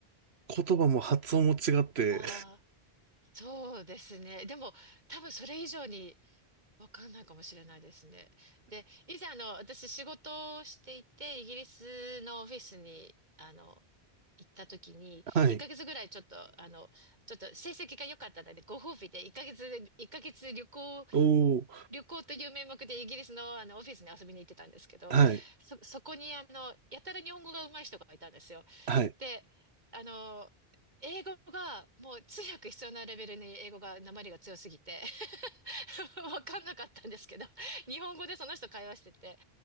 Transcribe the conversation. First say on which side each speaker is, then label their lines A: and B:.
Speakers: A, on the right (about 75°); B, on the right (about 45°).
A: 言葉も発音も違って、
B: ああ、そうですね。でも、多分それ以上に、わかんないかもしれないですね。で、以前あの、私仕事をしていて、イギリスのオフィスに、あの、行った時に、
A: はい。
B: 1ヶ月ぐらいちょっと、あの、ちょっと成績が良かったので、ご褒美で1ヶ月、一ヶ月旅行、
A: おお、
B: 旅行という名目でイギリスのあの、オフィスに遊びに行ってたんですけど、
A: はい、
B: そ、そこにあの、やたら日本語が上手い人がいたんですよ。
A: はい、
B: で、あの、英語がもう通訳必要なレベルに英語が、訛りが強すぎて、<laughs> わかんなかったんですけど、<laughs> 日本語でその人会話してて、